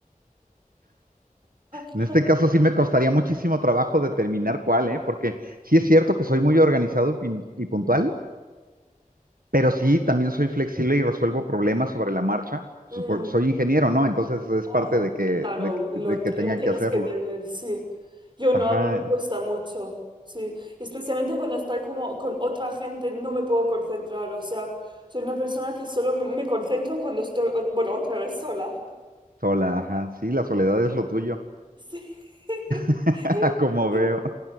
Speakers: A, on the right (about 35°); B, on the right (about 80°).
A: <laughs>
B: en este caso sí me costaría muchísimo trabajo determinar cuál, ¿eh? Porque sí es cierto que soy muy organizado y, pin- y puntual, pero sí también soy flexible y resuelvo problemas sobre la marcha.
A: Ujú.
B: Pues, por- Soy ingeniero, ¿no? Entonces es
A: Ah,
B: parte de que,
A: claro,
B: de, que
A: lo,
B: de que tenga
A: lo tienes
B: que hacerlo.
A: que tener, sí. Yo no,
B: Ajá,
A: a mí me cuesta mucho, sí. Especialmente cuando estoy como con otra gente, no me puedo concentrar. O sea, soy una persona que solo me me concentro cuando estoy, o- bueno, otra vez sola.
B: sola, ajá. Sí, la soledad es lo tuyo,
A: Sí. <laughs>
B: <laughs> como veo.